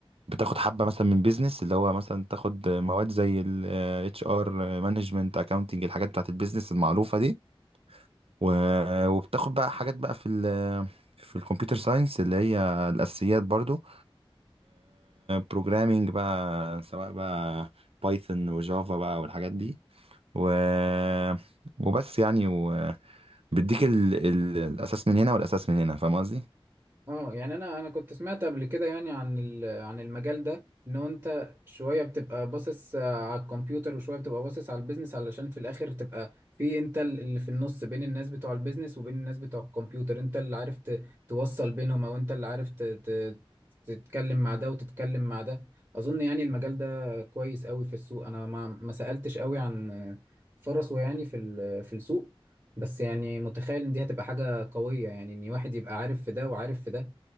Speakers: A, on the right (about 75°); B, on the right (about 35°).
A: بتاخد حبة مثلا من بزنس اللي هو مثلا تاخد مواد زي ال اتش ار مانجمنت اكاونتنج الحاجات بتاعت البيزنس المعروفة دي و- آه، وبتاخد بقى حاجات بقى في ال آه، في الكمبيوتر ساينس اللي هي الاساسيات برضو بروجرامينج بقى سواء بقى بايثون وجافا بقى والحاجات دي و آه، وبس يعني بيديك ال... ال... الاساس من هنا والاساس من هنا فاهم قصدي
B: اه يعني انا انا كنت سمعت قبل كده يعني عن ال- عن المجال ده ان هو انت شويه بتبقى باصص آه، على الكمبيوتر وشويه بتبقى باصص على البيزنس علشان في الاخر تبقى في انت اللي في النص بين الناس بتوع البيزنس وبين الناس بتوع الكمبيوتر انت اللي عارف ت- توصل بينهم او انت اللي عارف ت- ت- تتكلم مع ده وتتكلم مع ده اظن يعني المجال ده كويس قوي في السوق انا ما ما سألتش قوي عن آه، فرصه يعني في ال- في السوق بس يعني متخيل ان دي هتبقى حاجة قوية يعني ان واحد يبقى عارف في ده وعارف في ده